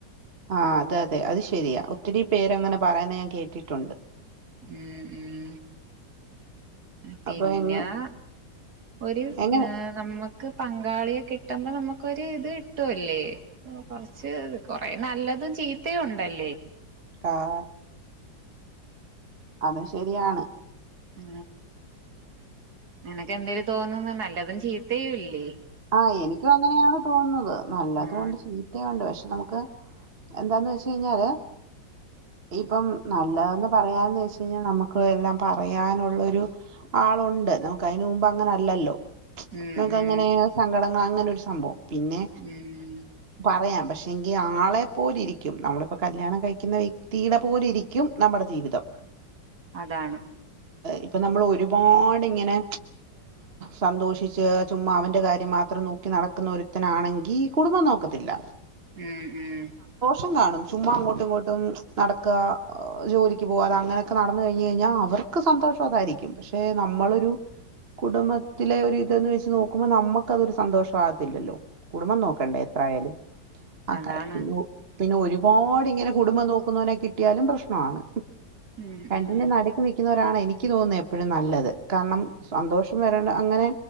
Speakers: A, on the right (about 35°); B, on the right (about 55°).
A: ആഹ് അത് അതെ അത് ശരിയാ ഒത്തിരി പേരങ്ങനെ പറയുന്ന ഞാൻ കേട്ടിട്ടുണ്ട്
B: ഉം ഉം പിന്നാ
A: അപ്പൊ എങ്ങ
B: ഒരു
A: എങ്ങനെ
B: ഏ നമുക്ക് പങ്കാളിയെ കിട്ടുമ്പോ നമുക്കൊരു ഇത് കിട്ടുവല്ലേ കൊറച്ച് കൊറേ നല്ലതും ചീത്തയും ഉണ്ടല്ലേ
A: ആഹ് അത് ശരിയാണ്
B: ഉ നിനക്ക് എന്തേലും തോന്നന്ന് നല്ലതും ചീത്തേയുവില്ലേ
A: ആഹ് എനിക്കും അങ്ങനെയാണ് തോന്നുന്നത് നല്ലതുണ്ട്
B: ഉം
A: ചീത്തയുണ്ട് പക്ഷെ നമക്ക് എന്താന്ന് വെച്ച കഴിഞ്ഞാല് ഇപ്പം നല്ലതന്ന് പറയാൻ ന്ന് വെച്ച കഴിഞ്ഞാൽ നമുക്ക് എല്ലാം പറയാനുള്ള ഒരു ആളുണ്ട് നമുക്ക് അതിനന് മുമ്പ് അങ്ങനെ അല്ലല്ലോ
B: ഉം
A: നമുക്ക്
B: ഉം
A: അങ്ങനെ <unintelligible> അങ്ങനെ ഒരു സംഭവം പിന്നെ
B: ഉം
A: പറയാം പക്ഷെങ്കി ആളെ പോലെ ഇരിക്കും നമ്മളിപ്പോ കല്യാണം കഴിക്കുന്ന വ്യക്തിടെ പോലെ ഇരിക്കും നമ്മുടെ ജീവിതം
B: അതാണ്
A: ഇപ്പൊ നമ്മൾ ഒരുപാട് ഇങ്ങനെ സന്തോഷിച്ച് ചുമ്മാ അവൻ്റെ കാര്യം മാത്രം നോക്കി നടക്കുന്ന ഒരുത്തൻ ആണെങ്കി കുടുംബം നോക്കത്തില്ല
B: ഉം ഉം
A: <unintelligible> കാണും ചുമ്മാ അങ്ങോട്ടും ഇങ്ങോട്ടും നടക്കുക ജോലിക്ക് പോകാതെ അങ്ങനെയൊക്കെ നടന്ന കഴിഞ്ഞഞ് കഴിഞ്ഞാൽ അവർക്ക് സന്തോഷം അതായിരിക്കും പക്ഷെ നമ്മളൊരു കുടുംബത്തിലെ ഒരു ഇതന്ന് വെച്ച് നോക്കുമ്പോൾ നമുക്ക് അതൊരു സന്തോഷവാവത്തില്ലല്ലോ കുടുംബം നോകണ്ടേ എത്രായാലും അങ്ങനെ
B: അതാണ്
A: പിന്നെ ഒരു പാട് ഇങ്ങനെ കുടുംബം നോക്കുന്നവനെ കിട്ടിയാലും പ്രശ്നമാണ്
B: ഉം
A: രണ്ടിൻ്റെ
B: ഉം
A: നടുക്ക് നിക്കുന്ന ആണ് എനിക്ക് തോന്നുന്നത് എപ്പോഴും നല്ലത്. കാരണം സന്തോഷം അങ്ങനെ